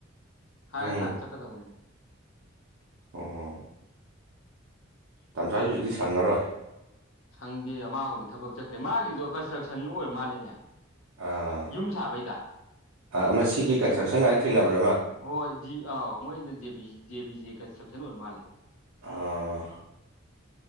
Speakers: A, on the left; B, on the right.
A: ꯍꯥꯏꯔꯀꯥꯟꯗ
B: ꯎꯝ
A: ꯆꯠꯀꯗꯕꯅꯤꯗ
B: ꯑꯣ ꯇꯁꯥꯁꯨ ꯍꯧꯖꯤꯛꯇꯤ ꯁꯪꯉꯔꯣꯏ
A: ꯁꯪꯗꯦ ꯃꯥ ꯍꯧꯖꯤꯛ ꯊꯕꯛ ꯆꯠꯈ꯭ꯔꯦ ꯃꯥꯒꯤꯗꯣ ꯀꯟꯁꯇ꯭ꯔꯛꯁꯟ ꯑꯣꯏꯔ ꯃꯥꯜꯂꯦꯅꯦ
B: ꯑꯥ
A: ꯌꯨꯝ ꯁꯥꯕꯩꯗ
B: ꯑꯥ ꯑꯃ ꯁꯤꯒꯤ ꯀꯟꯁꯇ꯭ꯔꯛꯁꯟ ꯀꯥꯏꯅ ꯊꯦꯡꯅꯕ꯭ꯔꯥ ꯑꯃ
A: ꯍꯣꯏ ꯖꯤ ꯑꯥꯎ ꯃꯣꯏꯅ ꯖꯤꯕꯤ ꯑ ꯕꯤ ꯖꯦ ꯀꯟꯁꯇ꯭ꯔꯛꯁꯟ ꯑꯣꯏꯔ ꯃꯥꯂꯦ
B: ꯑꯥ